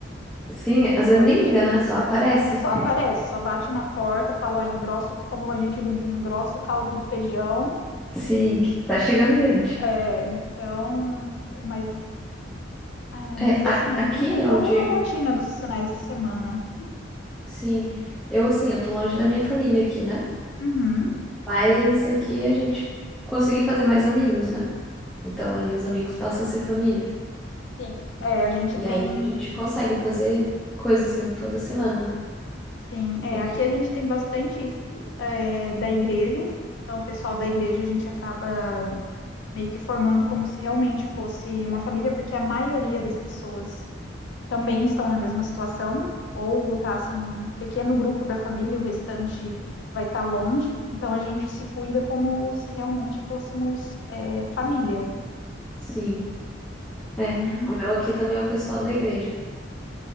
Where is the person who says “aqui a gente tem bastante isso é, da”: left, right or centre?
Left